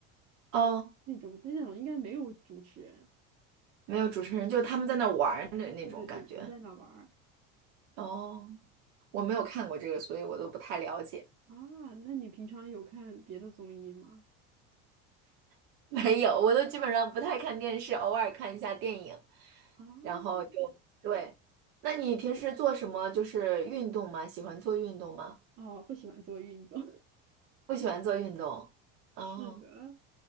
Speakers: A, on the right; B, on the right.
A: 哦，
B: 那种，但那种应该没有主持人。
A: 没有主持人，就是他们在那玩儿的那种感觉。
B: 对对对，纯在那玩儿
A: 哦，我没有看过这个，所以我都不太了解。
B: 啊。那你平常有看别的综艺吗？
A: <laughs> 没有，我都基本上不太看电视，偶尔看一下电影，
B: 啊，
A: 然后就对。那你平时做什么？就是运动吗？喜欢做运动吗？
B: 哦，不喜欢做运动。
A: 不喜欢做运动。
B: <laughs> 是的，
A: 哦